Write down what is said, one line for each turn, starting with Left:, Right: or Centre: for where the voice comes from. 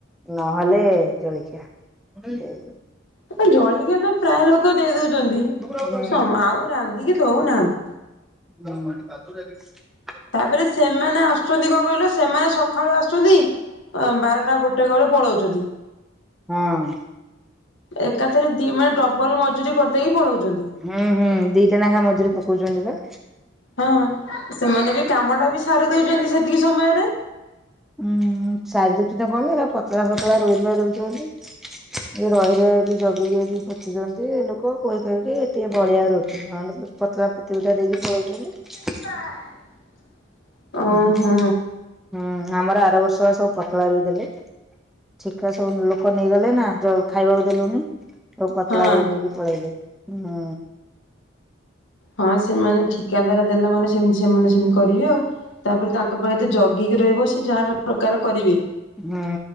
Centre: ନହେଲେ ଜଳଖିଆ। ଦେଇ
Left: ହଁ ଜଳିକିଆ ତ ପ୍ରାୟ ଲୋକ ଦେଇ ଦଉଛନ୍ତି
Centre: ହୁଁ ହୁଁ।
Left: ସମ୍ଆଉ ରାନ୍ଧିକି ଦଉନାହାନ୍ତି।
Centre: ଉ <inaudible>
Left: ତାପରେ ସେମାନେ ଆସୁଛନ୍ତି କଣ କହିଲ ସେମାନେ ସକାଳୁ ଆସୁଛନ୍ତି ଆ ବାରଟା ତା ଗୋଟେ ବେଳେ ପଳଉଛନ୍ତି।
Centre: ହଁ
Left: ଏକାଥରେ ଦି ମାନେ ଡବଲ ମଜୁରୀ କରିଦେଇକି ପଳଉଛନ୍ତି।
Centre: ହୁଁ ହୁଁ ଦିଟା ଲେଖା ମଜୁରୀ ପକଉଛନ୍ତି ବା
Left: ହଁ ସେମାନେ ବି କାମ ଟା ବି ସାରି ଦଉଛନ୍ତି ସେତିକି ସମୟରେ
Centre: ହୁଁ ସାଇଦଛିହ କନ ପତଳା ଫତଳା ରୋଇ ରୁଆ ଦଉଛି ବୋଲି
Left: <inaudible>
Centre: ଯ ର ରୁଆକି ଜଗିକି ଯି ପଚିଛନ୍ତି ଲୋକ କହି କହକି ଟିକେ ବଳିିଆ ରହୁଛନ୍ତି ମଣ୍ଡପୁର ପତଳା ପତିଟା ଦେଇକି ପଳଉଛନ୍ତି
Left: <inaudible> ଓହୋ
Centre: ଉ ହୁ ହୁଁ ଆମର ଆର ବର୍ଷ ବା ସବୁ ପତଳା ରୋଇଦେଲେ। ଠିକା ସବୁ ଲୋକ ନେଇଗଲେ ନା ଜଳ ଖାଇବାକୁ ଦେଲୁନି। ସେ ପତଳା
Left: ହଁ।
Centre: ରୋଇ ଦେଇକି ପଳେଇଲେ ହୁଁ।
Left: ହଁ ସେମାନେ ଠିକାଦାର ଦେଲା ମାନେ ସେମତି ସେମାନେ ସେମିତି କରିବେ ଆଉ ତାପରେ ତାଙ୍କ ପାଇଁ ଏତେ ଜ ଗିକି ରହିବ ସେ ଯାହା ଗୋଟ୍ ପ୍ରକାର କରିବେ
Centre: ହୁ